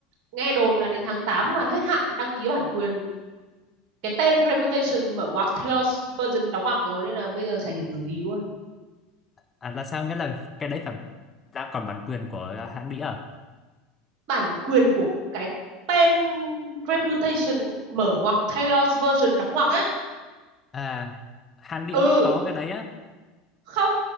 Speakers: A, on the right; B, on the left.
A: nghe đồn là đến tháng 8 là hết hạn đăng ký bản quyền cái tên reputation mở ngoặc Taylor's version đóng ngoặc rồi nên là bây giờ chả hiểu kiểu gì luôn
B: à là sao nghĩa là cái đấy phải đang còn bản quyền của hãng đĩa à
A: bản quyền của cái tên reputation mở ngoặc Taylor's version đóng ngoặc á
B: À, hãng đĩa
A: ừ
B: vẫn có cái đấy á
A: không